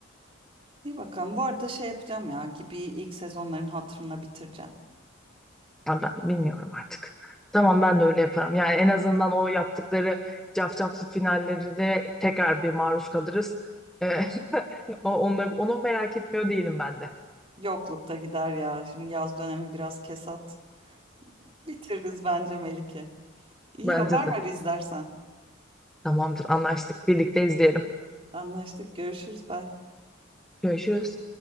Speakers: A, on the right; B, in the centre.
A: İyi bakalım. Bu arada şey yapacağım ya gibi ilk sezonların hatırına bitireceğim.
B: Ya ben bilmiyorum artık. Tamam ben de öyle yaparım. Yani en azından o yaptıkları cafcaflı finallerinde tekrar bir maruz kalırız. E, <laughs> o- onu, onu merak etmiyor değilim ben de.
A: Yoklukta gider ya. Şimdi yaz dönemi biraz kesat. Bitiririz bence Melike. İyi
B: Bence
A: haber
B: de.
A: ver izlersen.
B: Tamamdır anlaştık. Birlikte izleyelim.
A: Anlaştık. Görüşürüz. Bye.
B: Görüşürüz.